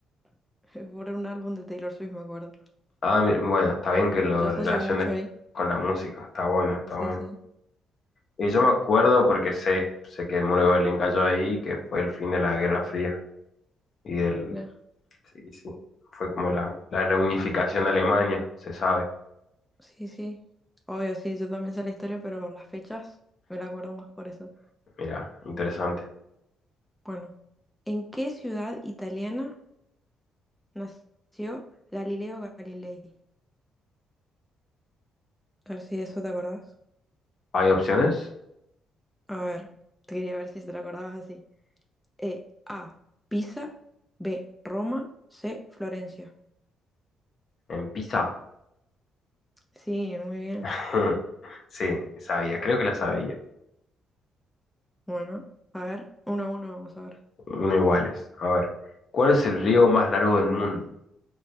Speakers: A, in the centre; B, on the left.
A: <laughs> Por un álbum de Taylor Swift me acuerdo.
B: Ah, mira, bueno, está bien que lo
A: Yo asocio
B: relaciones
A: mucho ahí.
B: con la música. Está bueno, está
A: Sí,
B: bueno.
A: sí.
B: Y yo me acuerdo
A: Oh,
B: porque sé, sé que el muro de Berlín cayó ahí, que fue el fin de la Guerra Fría y del...
A: Mira,
B: Sí, sí. Fue como la, la reunificación de Alemania, se sabe.
A: sí, sí. Obvio, sí, yo también sé la historia, pero las fechas me la acuerdo más por eso.
B: Mira, interesante.
A: Bueno, ¿en qué ciudad italiana? Nació Galileo Galilei. A ver si de eso te acordás.
B: ¿Hay opciones?
A: A ver, te quería ver si te lo acordabas así. E, A, Pisa, B, Roma, C, Florencia.
B: En Pisa.
A: Sí, muy bien.
B: <laughs> Sí, sabía, creo que la sabía.
A: Bueno, a ver, uno a uno vamos ahora.
B: Uno iguales. A ver, ¿cuál es el río más largo del mundo?